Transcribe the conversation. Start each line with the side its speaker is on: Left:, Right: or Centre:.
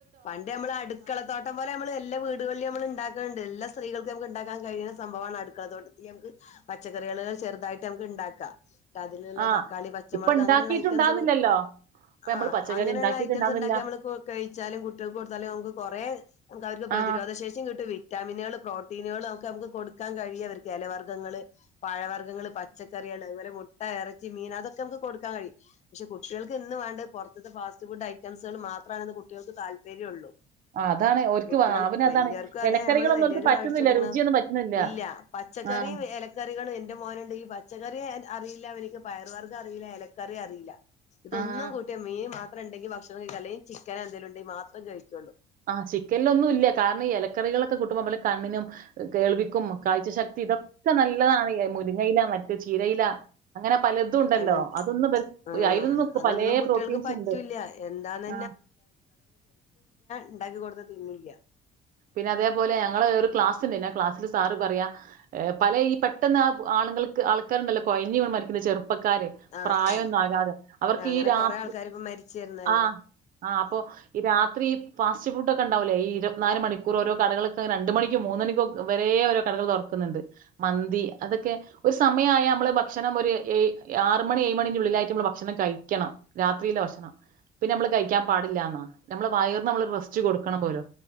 Left: പണ്ട് നമ്മള് അടുക്കളത്തോട്ടം പോലെ നമ്മള് എല്ലാ വീടുകളിലും നമ്മള് ഉണ്ടാക്ക്ണ്ട് എല്ലാ സ്ത്രീകൾക്കും നമുക്ക് ഉണ്ടാക്കാൻ കഴിയ്ണ സംഭവമാണ് അടുക്കള തോട്ടത്തിൽ നമുക്ക് പച്ചക്കറികള് ചെറുതായിട്ട് നമ്ക്ക് ഇണ്ടാക്കാം അതിലുള്ള
Right: ആ
Left: തക്കാളി പച്ചമുളക്
Right: ഇപ്പൊ ഉണ്ടാക്കിയിട്ടുണ്ടാവുന്നില്ലല്ലോ.
Left: അങ്ങനെയുള്ള ഐറ്റംസ്
Right: ഇപ്പൊ നമ്മള്
Left: ആഹ്
Right: പച്ചക്കറി
Left: അങ്ങനെയുള്ള
Right: ഉണ്ടാക്കിയിട്ടുണ്ടാവുന്നില്ല.
Left: ഐറ്റംസ് ഉണ്ടാക്കി നമ്മൾക്ക് കഴി കുട്ടികൾക്ക് കൊടുത്താലും നമുക്ക് കുറേ അവർക്ക് പ്രതിരോധശേഷിയും
Right: ആ
Left: കിട്ടും വിറ്റാമി നുകള് പ്രോട്ടീനുകള് ഒക്കെ നമുക്ക് കൊടുക്കാൻ കഴിയും അവർക്ക് ഇലവർഗങ്ങങ്ങള് പഴവർഗങ്ങങ്ങള് പച്ചക്കറികൾ അതുപോല മുട്ട ഇറച്ചി മീൻ അതൊക്കെ നമു കൊടുക്കാൻ കഴിയും പക്ഷെ കുട്ടികൾക്ക് ഇന്ന് വേണ്ടത് പുറത്തത്തെ ഫാസ്റ്റ് ഫുഡ് ഐറ്റംസുകൾ മാത്രാണെന്നു കുട്ടികൾക്ക് താല്പര്യം ഉള്ളു
Right: ആ, അതാണ് ഓര്ക്ക്
Left: കുട്ട്യേൾ
Right: വാ അവന്
Left: വല്യർക്കും
Right: അതാണ്
Left: അതെ
Right: ഇലക്കറികളൊന്നും
Left: നമ്മള് വല്യോര്
Right: ഓൽക്ക് പറ്റുന്നില്ല
Left: വേട്ച്ച് കൊടുക്കണ്.
Right: രുചിയൊന്നും പറ്റുന്നില്ല.
Left: ഇല്ല പച്ചക്കറിം
Right: ആഹ്
Left: എലക്കറികളും എന്റെ മോനുണ്ടെങ്കി പച്ചക്കറ്യേ അറിയില്ല അവർക്ക് പയറ് വർഗം അറീല്ല എലക്കറി അറീല്ല ഇതൊന്നും
Right: ആഹ്
Left: കൂട്ട്യാ മീൻ മാത് ത്രണ്ടെങ്കി ഭക്ഷണം കഴിക്കും അല്ലെങ്കി ചിക് ക്കനന്തേലുണ്ടെങ്കി മാത്രം കഴിക്കുള്ളൂ
Right: ആഹ് ചിക്കൻലൊന്നുല്ല കാരണം ഈ എലക്കറികളൊക്കെ കൂട്ടുമ്പ മ്മള് കണ്ണിനും കേൾവി ക്കും കാഴ്ച ശക്തി ഇതൊക്കെ നല്ലതാണ് മുരിങ്ങയിലാ മറ്റ് ചീരയിലാ അങ്ങനെ പലതും ഉണ്ടല്ലോ
Left: അങ്ങനത്തെ
Right: അതൊന്നും വൽ
Left: ആഹ്
Right: അയിലൊന്നുപ്പ
Left: അതൊന്നും
Right: പലേ
Left: കുട്ടികൾക്ക്
Right: പ്രോട്ടീൻസ്
Left: പറ്റൂല്ല
Right: ഉണ്ട്.
Left: എന്താന്ന്
Right: ആഹ്
Left: ഇണ്ടാക്കി കൊട്ത്ത തിന്നില്ല.
Right: പിന്നെ അതേപോലെ ഞങ്ങള് ഒരു ക്ലാസ്ണ്ടായിനി ആ ക്ലാസ്സില് സാറ് പറയാ ഏഹ് പല ഈ പെട്ടെന്ന് ആളുകൾ ക്ക് ആൾക്കാര്ണ്ടല്ലോ കൊഴഞ്ഞ് വീണ് മരിക്ന്ന ചെർ പ്പക്കാര്
Left: ആഹ്
Right: പ്രായൊന്നും
Left: ആഹ്
Right: ആകാതെ. അവര്ക്ക്
Left: അങ്ങനെ
Right: ഈ രാത്
Left: കൊറേ ആൾക്കാര് ഇപ്പ മരിച്ചിരുന്നല്ലോ
Right: ആഹ് ആഹ് അപ്പൊ ഈ രാത് ത്രി ഫാസ്റ്റ് ഫുഡോക്കെണ്ടാവുലെ ഈ ഇരത് നാല് മണി ക്കൂർ ഓരോ കടകൾക്ക് രണ്ട് മണിക്കും മൂന്ന് മണിക്കും വരെ ഓരോ കടകൾ തൊറക്കുന്നുണ്ട് മന്തി അതൊക്കെ ഒരു സമയായ നമ്മള് ഭക്ഷണം ഒരു ഏയ് ആറ് മണി ഏഴ് മണിന്റുള്ളിലായിട്ട് മ്മള് ഭക്ഷണം കഴിക്കണം. രാത്രിയിലെ ഭക്ഷണം. പിന്നെമ്മള് കഴിക്കാൻ പാടില്ലാന്നാ നമ്മള് വയർന്നമ്മള് റെസ്റ്റ് കൊടുക്കണം പോലോ.